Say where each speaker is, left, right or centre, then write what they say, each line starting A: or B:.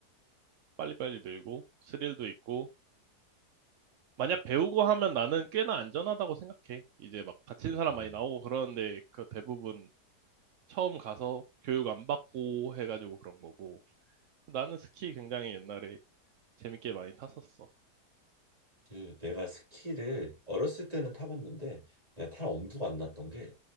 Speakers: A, on the right; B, on the right.
A: 빨리빨리 늘고, 스릴도 있고, 만약 배우고 하면 나는 꽤나 안전하다고 생각해. 이제 막 다친
B: 음.
A: 사람 많이 나오고 그러는데 그 대부분 처음 가서 교육 안 받고 해가지고 그런 거고. 나는 스키 굉장히 옛날에 재밌게 많이 탔었어.
B: 그 내가 스키를 어렸을 때는 타봤는데 내가 탈 엄두가 안 났던 게